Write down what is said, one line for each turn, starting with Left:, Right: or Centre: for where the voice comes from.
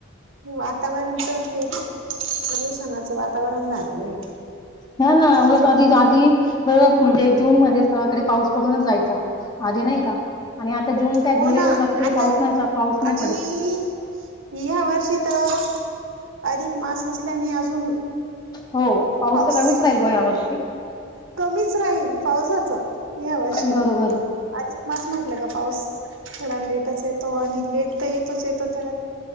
Right: वातावरण खूप खूप प्रदूषणाचं वातावरण झालेलं आहे.
Left: हों ना उगाच!
Right: सगळं
Left: आपली गादी <unintelligible> म्हणजे जून मध्ये सगळकडे पाऊस पडूनच जायचा, आधी नाही का? आणि आता जून काय
Right: हो
Left: जुलै
Right: ना
Left: होउन जातो, तरी
Right: आता
Left: पाऊस नाहीच, पाऊस नाही
Right: आणि
Left: पडत.
Right: ह्या वर्षी तर, अधिक मास असल्याने अजू जून
Left: हो
Right: पाऊस
Left: तर कमीच राहील ब यावर्षी
Right: कमीच राहील पावसाचा, ह्या वर्षी
Left: बरोबर
Right: अधिक मास माहित आपल्या कडं पाऊस, थोडा लेटच येतो आणि लेट तो येतोच येतो, त्याला